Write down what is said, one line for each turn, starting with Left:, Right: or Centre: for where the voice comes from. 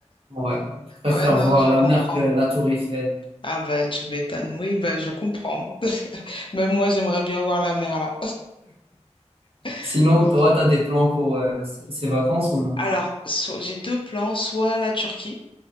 Right: ouais. Je préfère
Left: Ouais, non,
Right: voir
Left: je
Right: la
Left: comprends.
Right: mer que la tour Eiffel.
Left: Ah bah tu m'étonnes. Oui, bah je comprends. Même moi, j'aimerais bien voir la mer là. <laughs>
Right: Sinon,
Left: Ok.
Right: toi, tu as des plans pour euh, c- ces vacances ou non?
Left: Alors, so- j'ai deux plans, soit la Turquie.